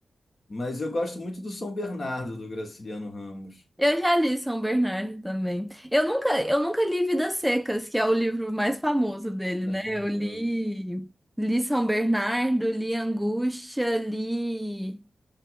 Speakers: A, on the left (about 55°); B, in the centre.
A: Mas eu gosto muito do São Bernardo, do Graciliano Ramos.
B: Eu já li São Bernardo também. Eu nunca, eu nunca li Vidas Secas, que é o livro mais famoso dele,
A: Acho
B: né?
A: famoso.
B: Eu li, li São Bernardo, li Angústia, li